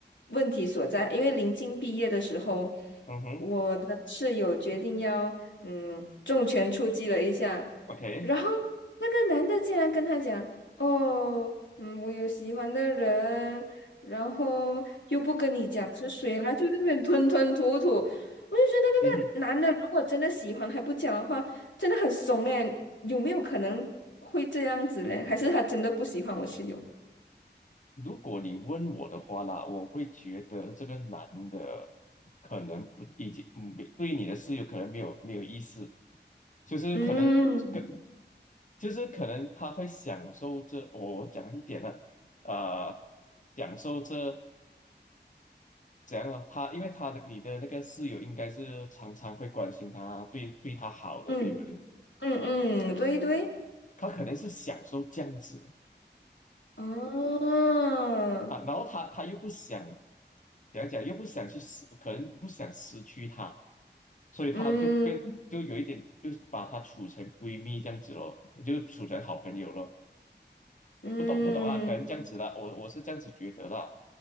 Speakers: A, on the left (about 90°); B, on the left (about 45°).
A: 问题所在，因为临近毕业的时候。
B: 嗯哼
A: 我的室友决定要嗯重拳出击了一下，
B: ，OK，
A: 然后那个男的竟然跟他讲：“哦，嗯，我有喜欢的人，然后又不跟你讲是谁啦，就在那边吞吞吐吐。”我就觉得那个那男的如果真的喜欢还不讲的话，
B: 嗯哼。
A: 真的很怂诶，有没有可能会这样子嘞？还是他真的不喜欢我室友？
B: 如果你问我的话啦，我会觉得这个男的可能不已经嗯对你的事有可能没有没有意思，就是可能跟
A: 嗯
B: 就是可能他会享受这我讲一点呢、呃，享受这怎样啊？他因为他的你的那个室友应该是常常会关心他，对对他好的，
A: 嗯
B: 对不对？
A: 嗯嗯，对对，
B: 他可能是享受这样子
A: 哦，
B: 啊，然后他他又不想讲讲，又不想去失，可能不想失去他，所以他就变就有一点，
A: 嗯。
B: 就是把她处成闺蜜这样子咯，就处成好朋友咯。
A: 嗯，
B: 不懂不懂啊，可能这样子啦，我我是这样子觉得啦。